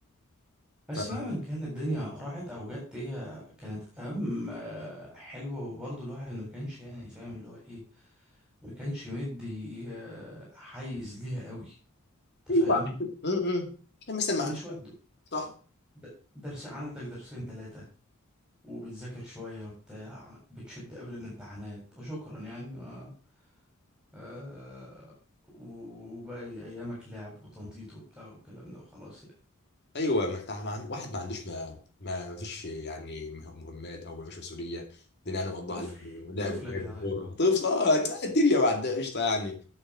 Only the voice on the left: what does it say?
ف
ايوه
م- م. عشان مثلا ما
عندك
صح
ايوه ما انت ما عند... واحد ما عندوش ما ما ما فيش يعني مه- مهمات او ما فيش مسؤوليه الدنيا يعني مقضاها
لعب ولعب
وجري
وكوره طفل اه لا، الدنيا بعد قشطه يعني